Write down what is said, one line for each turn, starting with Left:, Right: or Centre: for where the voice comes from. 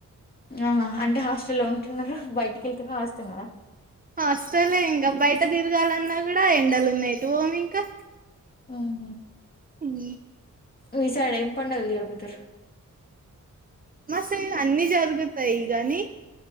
Left: ఆ అంటే హాస్టల్లో ఉంటున్నారు బయటికి వెళ్తునే వస్తున్నారా
Right: హస్తలే ఇంకా బయట తిరగాలన్నా కూడా ఎండలు ఉన్నాయి ఎటు పోము ఇంకా
Left: ఉహు.
Right: ఉమ్
Left: మీ సైడ్ ఏం పండుగలు జరుపుతరు
Right: మా సైడ్ అన్ని జరుగుతాయి గానీ